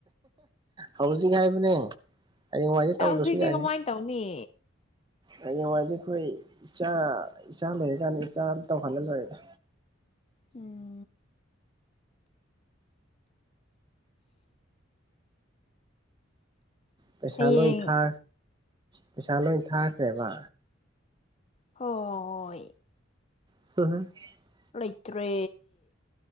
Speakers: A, on the right; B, on the left.
A: ꯍꯧꯖꯤꯛ ꯍꯥꯏꯕꯅꯦ ꯍꯌꯦꯡꯋꯥꯏꯗꯤ
B: ꯇꯥ
A: ꯇꯧꯗ꯭ꯔꯁꯨ
B: ꯍꯨꯖꯤꯛꯇꯤ
A: ꯌꯥꯏꯍꯦ
B: ꯀꯃꯥꯏ ꯇꯧꯅꯤ
A: ꯍꯌꯦꯡꯋꯥꯏꯗꯤ ꯑꯈꯣꯏ ꯏꯆꯥ ꯏꯆꯥ ꯂꯩꯔꯀꯥꯟꯗ ꯏꯆꯥꯟ ꯇꯧꯍꯜꯂ ꯂꯣꯏꯔꯦꯗ
B: ꯎꯝ
A: ꯄꯩꯁꯥ
B: ꯍꯌꯦꯡ
A: ꯂꯣꯏ ꯊꯥ ꯄꯩꯁꯥ ꯂꯣꯏ ꯊꯥꯈ꯭ꯔꯦꯕ
B: ꯍꯣꯏ
A: <unintelligible>
B: ꯂꯩꯇ꯭ꯔꯦ